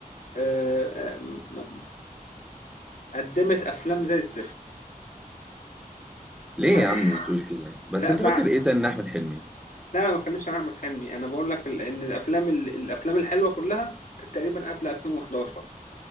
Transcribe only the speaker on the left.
آه، آه، م- قدمت أفلام زي الزفت
تمام
لا
بعد
لا أنا ما بتكلمش عن أحمد حلمي أنا بقول لك ال- إن الأفلام ال- الأفلام الحلوة كلها كانت تقريبا قبل 2011